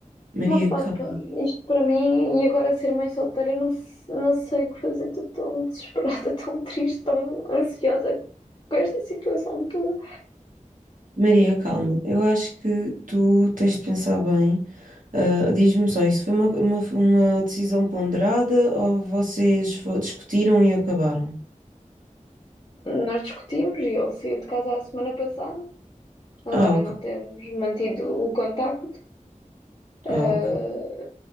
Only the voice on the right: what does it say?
Maria,
calma.
Maria, calma. Eu acho que tu tens de pensar bem. Ah, diz-me só, isso foi uma, uma, uma decisão ponderada ou vocês fo- discutiram e acabaram?
Ah, ok.
Ah, ok.